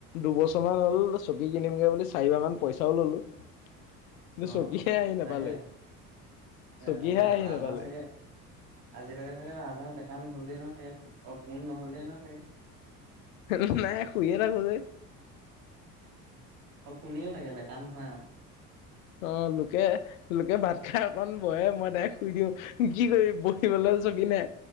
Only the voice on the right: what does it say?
অ
তাকে
তাকে আৰু
আধা
চাগে আজিলৈকে চাগে আধা তে, কাম হলে না চাগে ও ফোন নহলে না চাগে।
অ' পুনিও থাকে বেকাৰ নহয় আৰু।